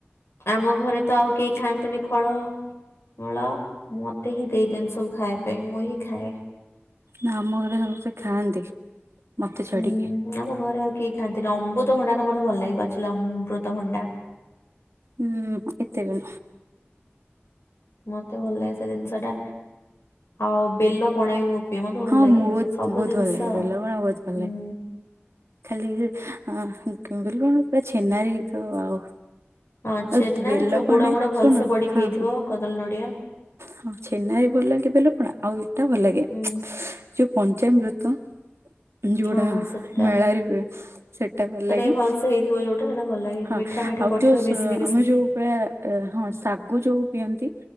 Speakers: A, on the left (about 70°); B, on the right (about 75°).
A: ଆମ ଘରେ ତ ଆଉ କେହି ଖାଆନ୍ତିନି ଫଳ। ଫଳ ମୋତେ ହିଁ ଦେଇଦିଅନ୍ତି ସବୁ ଖାଇବା ପାଇଁ ମୁଁ ହିଁ ଖାଏ।
B: ନା ଆମ ଘରେ ସମସ୍ତେ ଖାଆନ୍ତି ମୋତେ
A: ହୁଁ
B: ଛାଡ଼ିକି।
A: ଆମ ଘରେ ଆଉ କେହି ଖାଆନ୍ତିନି, ଅବୁତ ଭଣ୍ଡା ମୋତେ ଭଲ ଲାଗେ ପାଚିଲା ଅବୃତ ଭଣ୍ଡା।
B: ହୁଁ, ଏତେ <inaudible>
A: ମୋତେ ଭଲ ଲାଗେ ସେ ଜିନିଷ ଟା। ଆଉ ବେଲ ପଣା ବି ମୁଁ ବି ମୋତେ ଭଲ
B: ହଁ
A: ଲାଗେ,
B: ମୁଁ
A: ସବୁ
B: ବହୁତ
A: ଜିନିଷ
B: ଭଲ ଲାଗେ ବେଲପଣା ବହୁତ ଭଲ
A: ହୁଁ,
B: ଲାଗେ। ଖାଲି ସେ ଆଁ, ବିଲ ପଣା ପୁରା ଛେନାରେ ହେଇଥିବ ଆଉ।
A: ହଁ ଛେନା
B: ଆଉ ତୁ ବେଲ
A: ଯୋଉ ଗୁଡ
B: ପଣା
A: ମୁଡ ଭଲସେ
B: ଶୁଣ
A: ପଡିକି
B: ହଁ,
A: ହେଇଥିବ
B: ହଁ
A: କଦଳୀ ନଡିଆ
B: ହଁ ଛେନା ବି ଭଲ ଲାଗେ ବେଲ ପଣା। ଆଉ ଏଟା ଭଲ ଲାଗେ।
A: ହୁଁ
B: ଯୋଉ ପଞ୍ଚାମୃତ ଯୋଉଟା
A: ହଁ ସେଟା
B: ମେଳାରେ ହୁଏ ସେଟା ଭଲ ଲାଗେ।
A: ବି ଭଲସେ ହେଇଥିବ ଯୋଉଟା ସେଟା ଭଲ ଲାଗେ
B: ହଁ
A: ମିଠା ମିଠା
B: ଆଉ
A: ପଡିଥିବ
B: ଯୋଉ
A: ମିଶ୍ରି
B: ସ-ଆମେ
A: ମିଶ୍ରି
B: ଯୋଉ ପୁରା ଏ ହଁ ଶାଗୁ ଯୋଉ ପିଅନ୍ତି,